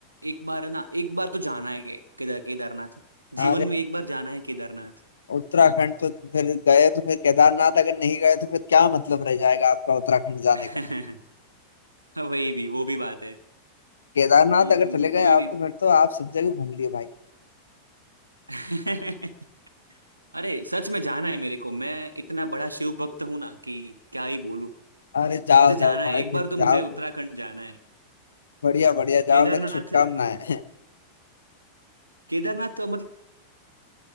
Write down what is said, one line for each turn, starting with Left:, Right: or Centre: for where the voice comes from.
Right: एक बार है ना एक बार तो जाना है के- केदार केदारनाथ जीवन
Left: अरे
Right: में एक बार जाना है केदारनाथ
Left: उत्तराखंड तो फिर गए तो फिर केदारनाथ अगर नहीं गए तो फिर क्या मतलब रह जाएगा आपका उत्तराखंड जाने
Right: <laughs>
Left: का
Right: वही भी वो भी बात है
Left: केदारनाथ
Right: हम्म
Left: अगर
Right: हम्म,
Left: चले
Right: कोई
Left: गए आप
Right: नहीं
Left: तो फिर तो आप सब जगह घूम लिए भाई
Right: <laughs> अरे सच में जाना है मेरे को मैं इतना बड़ा शिव भक्त हूं ना कि क्या ही बोलूं
Left: अरे जाओ
Right: मुझे जाना
Left: जाओ
Right: है
Left: भाई
Right: एक बार
Left: फिर
Right: तो मुझे
Left: जाओ
Right: उत्तराखंड जाना है
Left: बढ़िया बढ़िया जाओ
Right: केदारनाथ
Left: मेरी शुभकामनाएं
Right: केदारनाथ तो मतलब